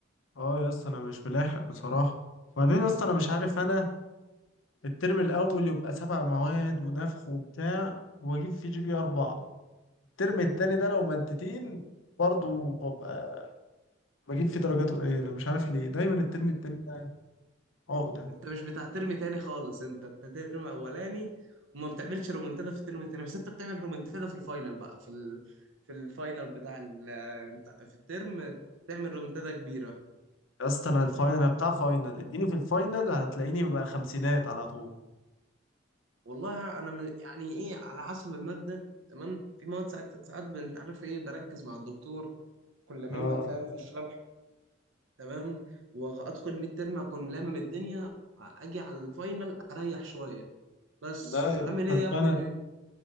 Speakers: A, on the left; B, on the right.
A: اه يا اسطى انا مش ملاحق بصراحة وبعدين يا اسطى انا مش عارف انا الترم الاول يبقى سبع مواد ونفخ وبتاع واجيب فيه جي بي اربعة الترم التاني ده لو مادتين برضو ببقى بجيب فيه درجات قليلة مش عارف ليه دايما الترم التاني ده عقدة
B: انت مش بتاع ترم تاني خالص انت انت ترم اولاني وما بتعملش رومنتادا في الترم التاني بس انت بتعمل رومنتادا في الفاينل بقى في ال... في الفاينل بتاع ال... بتاع- في الترم تعمل رومنتادا كبيره
A: يا اسطى انا الفاينل انا بتاع فاينل اديني في الفاينل هتلاقيني ببقى خمسينات على طول
B: والله انا م- يعني ايه على حسب الماده تمام في مواد ساعات ساعات انت عارف ايه بركز مع الدكتور كل لاممها
A: اه
B: فاهم في الشرح تمام وادخل ميد ترم اكون لامم الدنيا اجي على الفاينل اريح شويه بس
A: لا يا
B: عامل
A: اسطى
B: ايه يا ابني
A: فانا